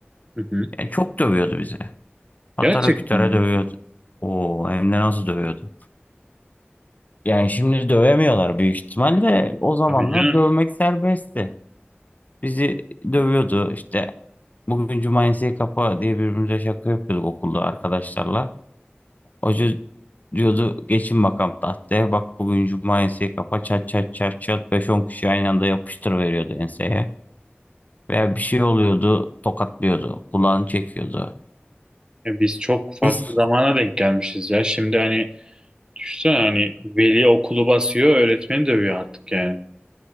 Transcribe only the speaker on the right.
Hı hı.
Gerçekten
mi?
Tabii canım.
Ya biz çok farklı
zamana denk gelmişiz ya. Şimdi hani Düşünsene hani veli okulu basıyor, öğretmeni dövüyor artık yani.